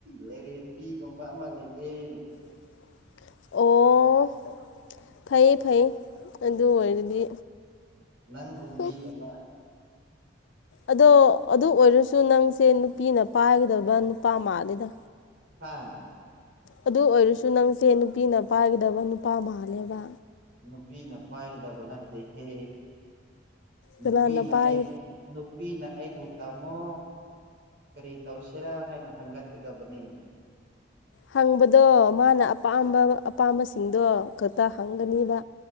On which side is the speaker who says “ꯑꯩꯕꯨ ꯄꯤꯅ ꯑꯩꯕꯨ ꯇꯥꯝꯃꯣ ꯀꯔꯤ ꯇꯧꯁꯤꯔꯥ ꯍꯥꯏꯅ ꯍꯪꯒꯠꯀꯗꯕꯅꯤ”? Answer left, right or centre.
Right